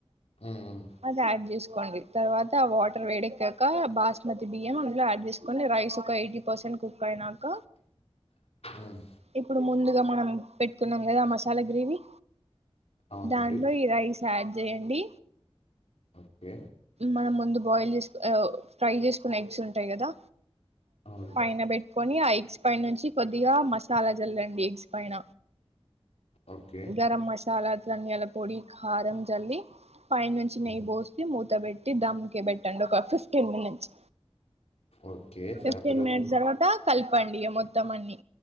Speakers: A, on the left; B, on the right.
A: ఉమ్,
B: అది యాడ్ చేసుకోండి తర్వాత వాటర్ వేడెక్కాక బాస్మతి బియ్యం అందులో యాడ్ చేసుకోండి రైస్ ఒక ఎయిటీ పర్సెంట్ కుక్ అయినాక
A: ఉమ్,
B: ఇప్పుడు ముందుగా మనం పెట్టుకున్నాం కదా ఆ మసాలా గ్రేవీ
A: అవునండి
B: దాంట్లో ఈ రైస్ యాడ్ చేయండి
A: ఓకే
B: మనం ముందు బాయిల్ చేసుకు ఫ్రై చేసుకున్న ఎగ్స్ ఉంటాయి కదా
A: అవును
B: పైన పెట్టుకొని ఆ ఎగ్స్ పైన నుంచి కొద్దిగా మసాలా చల్లండి ఎగ్స్ పైన
A: ఓకే.
B: గరం మసాలా ధాన్యాల పొడి కారం చల్లి పై నుంచి నెయ్యి
A: హ్మ్.
B: పోసి మూత పెట్టి దమ్కే పెట్టండి ఒక ఫిఫ్టీన్ మినిట్స్
A: ఓకే.
B: ఫిఫ్టీన్
A: దాని తర్వాతండి?
B: మినిట్స్ తరువాత కలపండి మొత్తం మొత్తాన్ని